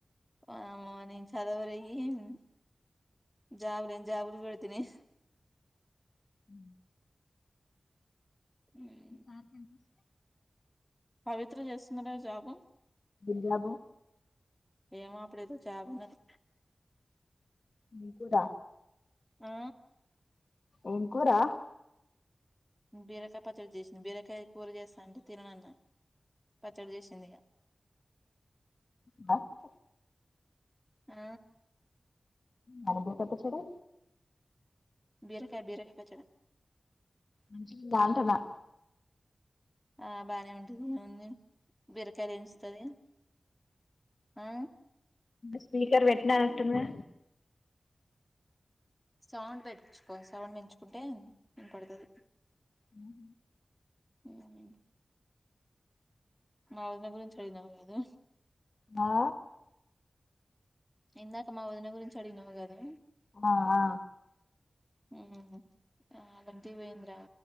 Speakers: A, in the centre; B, on the left.
A: ఓయమ్మ నేన్ చదవలేను జాబర్న్ జాబర్ బళ్తని.
B: ఉ
A: ఉమ్.
B: స <unintelligible>
A: పవిత్ర చేస్తున్నారా జాబ్.
B: బింద్యాబు.
A: ఏమప్పుడే జాబ్ అన్నది.
B: ఏం కూర
A: ఆ
B: ఏం కూరా.
A: బీరకాయ పచ్చడి చేసింది బీరకాయ కూర చేస్తా అంటే తినను అన్న పచ్చడి చేసింది ఇక.
B: బ.
A: ఆ.
B: పారిజాత పచ్చడే.
A: బీరకాయ బీరకాయ పచ్చడా.
B: మంచి బాగుంటుందా.
A: ఆ బాగానే ఉంటది ఏముంది బీరకాయ తెంచుతది ఆ.
B: స్పీకర్ పెట్నట్టుమ్ది.
A: సౌండ్ పెంచుకో సౌండ్ పెంచుకుంటే వినపడ్తది.
B: అవు.
A: హ. మా వదిన గురించి అడిగినావు కదా.
B: ఆ.
A: ఇందాక మా వదిన గురించి అడిగినావు కదా.
B: అ ఆ.
A: హ. ఆ గంటి పోయింద్రా